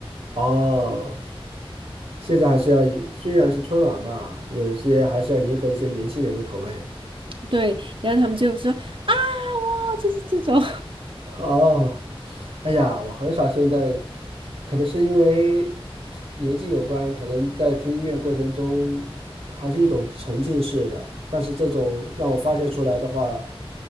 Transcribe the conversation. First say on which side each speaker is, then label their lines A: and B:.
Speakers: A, on the right; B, on the right.
A: 哦，现在还是要以，虽然是春晚嘛，有一些还是要迎合一些年轻人的口味。
B: 对，然后他们就说啊，哇，就是这种，
A: 哦，哎呀，我很少现在，可能是因为年纪有关，可能在听音乐过程中还是一种沉浸式的，但是这种让我发泄出来的话，